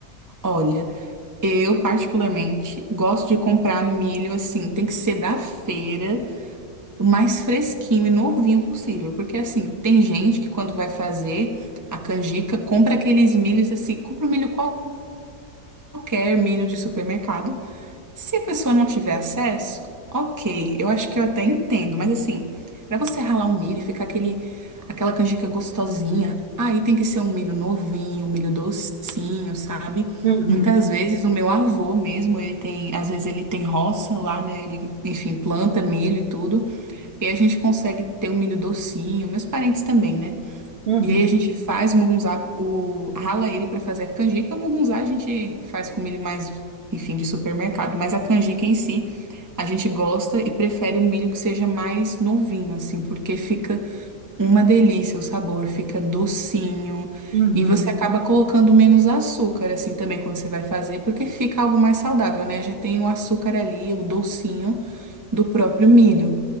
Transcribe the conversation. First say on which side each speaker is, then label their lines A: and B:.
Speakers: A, on the right (about 20°); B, on the right (about 45°).
A: Olha, eu particularmente gosto de comprar milho assim, tem que ser da feira, o mais fresquinho e novinho possível, porque assim, tem gente que quando vai fazer a canjica, compra aqueles milhos assim, compra um milho qualquer, milho de supermercado. Se a pessoa não tiver acesso, ok, eu acho que eu até entendo, mas assim, pra você ralar um milho e ficar aquele, aquela canjica gostosinha, aí tem que ser um milho novinho, um milho docinho, sabe?
B: Uhum,
A: Muitas vezes o meu avô mesmo, ele tem, às vezes ele tem roça lá, né? Ele, enfim, planta milho e tudo, e a gente consegue ter um milho docinho, meus parentes também, né?
B: uhum,
A: E aí a gente faz o mugunzá, o, rala ele para fazer a canjica. O mugunzá a gente faz com milho mais, enfim, de supermercado. Mas a canjica em si, a gente gosta e prefere um milho que seja mais novinho, assim, porque fica uma delícia o sabor, fica docinho.
B: uhum,
A: E você acaba colocando menos açúcar, assim, também quando você vai fazer, porque fica algo mais saudável, né? Já tem o açúcar ali, o docinho do próprio milho.